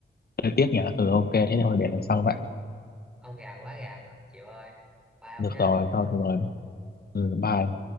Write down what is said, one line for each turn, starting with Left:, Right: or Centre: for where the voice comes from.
Left: Hơi tiếc nhỉ. Ừ ok, thế thôi để lần sau vậy.
Centre: ông gà quá gà mà chịu ơi bye ông
Left: Được
Centre: nha
Left: rồi, thôi được rồi. Ừ, bye.